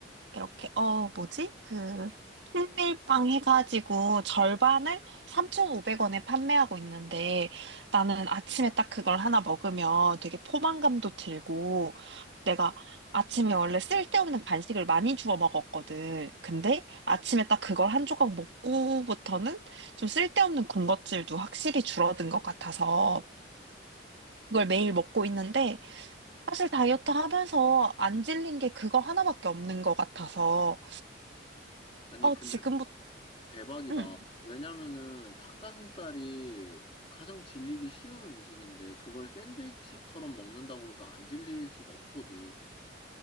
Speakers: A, on the right; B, on the left.
A: 이렇게, 어, 뭐지? 그, 통밀빵 해가지고 절반을 3,500원에 판매하고 있는데 나는 아침에 딱 그걸 하나 먹으면 되게 포만감도 들고 내가 아침에 원래 쓸데없는 간식을 많이 주워 먹었거든. 근데 아침에 딱 그걸 한 조각 먹고부터는 좀 쓸데없는 군것질도 확실히 줄어든 것 같아서
B: 오,
A: 그걸 매일 먹고 있는데 사실 다이어트 하면서 안 질린 게 그거 하나밖에 없는 것 같아서
B: 아니,
A: 어,
B: 근데
A: 지금부터,
B: 대박이다.
A: 음.
B: 왜냐면은 닭가슴살이 가장 질리기 쉬운 음식인데, 그걸 샌드위치처럼 먹는다고 해서 안 질릴 수가 없거든.